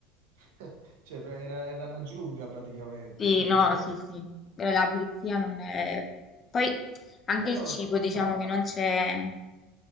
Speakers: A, on the right; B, on the left.
A: <laughs> Cioè, pra- era, era la giungla praticamente.
B: Sì,
A: cioè,
B: no,
A: <laughs>
B: sì, sì, Eh, la pulizia non è... Poi anche
A: Però
B: il cibo,
A: che
B: diciamo
A: strano.
B: che non c'è